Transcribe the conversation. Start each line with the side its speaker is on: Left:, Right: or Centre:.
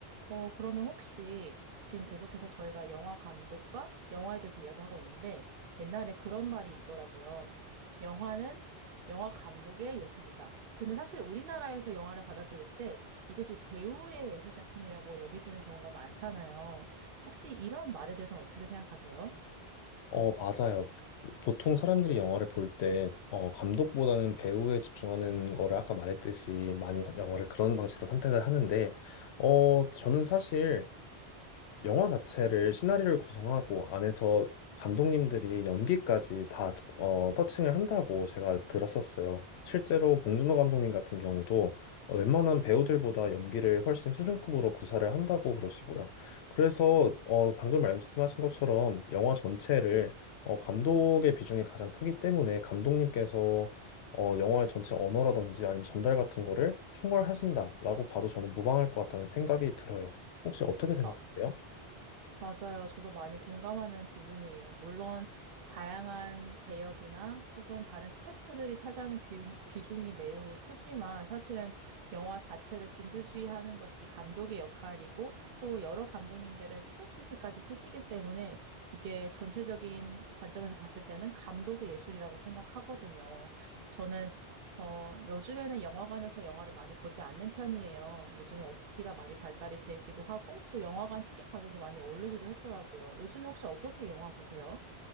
Right: 어, 그러면 혹시 지금 계속해서 저희가 영화 감독과 영화에 대해서 이야기하고 있는데 옛날에 그런 말이 있더라고요. 영화는 영화 감독의 예술이다. 근데 사실 우리나라에서 영화를 받아들일 때 이것이 배우의 예술 작품이라고 여겨지는 경우가 많잖아요. 혹시 이런 말에 대해서는 어떻게 생각하세요?
Left: 어, 맞아요. 보통 사람들이 영화를 볼 때, 어, 감독보다는 배우에 집중하는 거를 아까 말했듯이 많이 사- 영화를 그런 방식으로 선택을 하는데, 어, 저는 사실 영화 자체를 시나리오를 구성하고 안에서 감독님들이 연기까지 다 어, 터칭을 한다고 제가 들었었어요. 실제로 봉준호 감독님 같은 경우도 어, 웬만한 배우들보다 연기를 훨씬 수준급으로 구사를 한다고 그러시고요. 그래서 어, 방금 말씀하신 것처럼 영화 전체를 어, 감독의 비중이 가장 크기 때문에 감독님께서 어, 영화의 전체 언어라든지 아니면 전달 같은 거를 총괄하신다라고 봐도 저는 무방할 것 같다는 생각이 들어요. 혹시 어떻게 생각하세요?
Right: 어, 맞아요. 저도 많이 공감하는 부분이에요. 물론 다양한 배역이나 혹은 다른 스태프들이 차지하는 비, 비중이 매우 크지만 사실은 영화 자체를 진두지휘하는 것이 감독의 역할이고 또 여러 감독님들은 시놉시스까지 쓰시기 때문에 이게 전체적인 관점에서 봤을 때는 감독의 예술이라고 생각하거든요. 저는 어, 요즘에는 영화관에서 영화를 많이 보지 않는 편이에요. 요즘은 OTT가 많이 발달이 되기도 하고, 또 영화관 티켓 가격이 많이 오르기도 했더라고요. 요즘에 혹시 어떻게 영화 보세요?